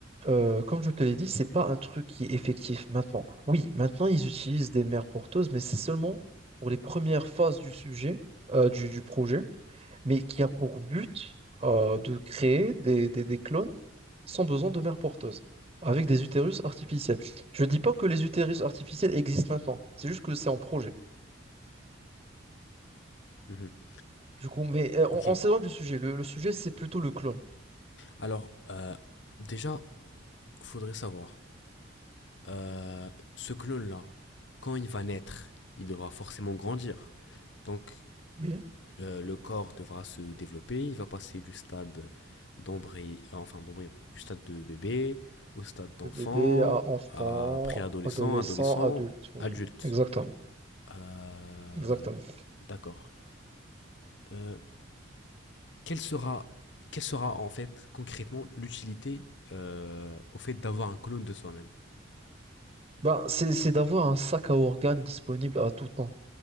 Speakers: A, on the right (about 30°); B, on the left (about 60°).
A: euh, comme je te l'ai dit, c'est pas un truc qui est effectif maintenant. Oui, maintenant ils utilisent des mères porteuses, mais c'est seulement pour les premières phases du sujet, euh, du, du projet, mais qui a pour but euh, de créer des, des, des clones sans besoin de mères porteuses, avec des utérus artificiels. Je dis pas que les utérus artificiels existent maintenant, c'est juste que c'est en projet.
B: mhm.
A: Du coup, mais euh,
B: Ok.
A: on, on s'éloigne du sujet. Le, le sujet, c'est plutôt le clone.
B: Alors euh, déjà faudrait savoir euh, ce clone-là, quand il va naître, il devra forcément grandir. Donc,
A: Oui.
B: euh, le corps devra se développer, il va passer du stade d'embryon, enfin d'embryon, du stade de bébé au stade d'enfant,
A: De bébé à enfant,
B: à préadolescent,
A: adolescent,
B: adolescent,
A: adulte. Oui,
B: adulte.
A: exactement.
B: Euh,
A: Exactement.
B: d'accord. Euh, quelle sera, quelle sera en fait concrètement l'utilité euh, au fait d'avoir un clone de soi-même?
A: Ben, c'est, c'est d'avoir un sac à organes disponible à tout temps.